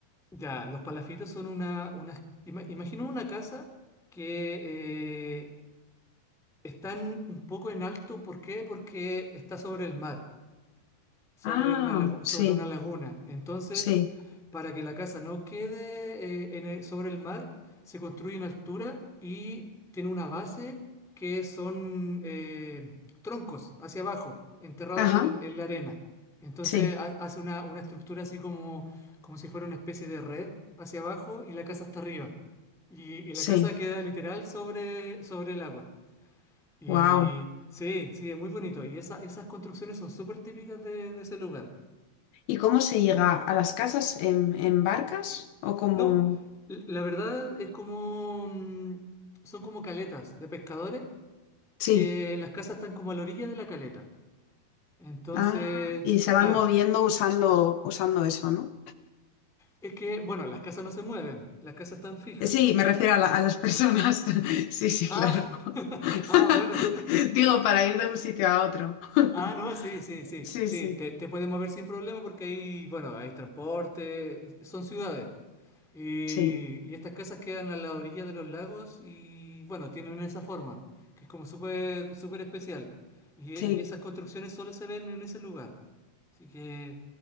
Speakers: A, in the centre; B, on the left.
A: Ya, los palafitos son una, unas- ima- imagino una casa que eh, están un poco en alto. ¿Por qué? Porque está sobre el mar sobre
B: Ah,
A: una, lagu-
B: sí,
A: sobre una laguna. Entonces,
B: sí.
A: para que la casa no quede eh, en el- sobre el mar, se construye en altura y tiene una base que son eh, troncos hacia abajo, enterrados
B: Ajá,
A: en, en la arena. Entonces
B: sí,
A: ha- hace una, una estructura así como, como si fuera una especie de red hacia abajo y la casa hasta arriba. Y, y
B: sí.
A: la casa queda literal sobre, sobre el agua. Y
B: Wow.
A: sí, sí, es muy bonito. Y esa- esas construcciones son súper típicas de, de ese lugar.
B: ¿Y cómo se llega a las casas en, en barcas? ¿O como...?
A: No, l- la verdad es como... mm, Son como caletas de pescadores
B: Sí.
A: que las casas están como a la orilla de la caleta. Entonces,
B: Ah, y se
A: claro,
B: van moviendo usando, usando eso, ¿no?
A: es que, bueno, las casas no se mueven, las casas están fijas.
B: Eh, Sí, me refiero a, la- a las personas. <laughs> Sí, sí,
A: Ah,
B: claro.
A: <laughs>
B: <laughs>
A: ah, bueno,
B: Digo, para ir de un sitio a otro. <laughs>
A: Ah, no, sí, sí, sí,
B: Sí,
A: sí,
B: sí.
A: te, te puedes mover sin problema porque hay, bueno, hay transporte, son ciudades. Y,
B: Sí,
A: y estas casas quedan a la orilla de los lagos y, bueno, tienen esa forma, que es como súper, súper especial. Y,
B: sí.
A: y esas construcciones solo se ven en ese lugar. Así que,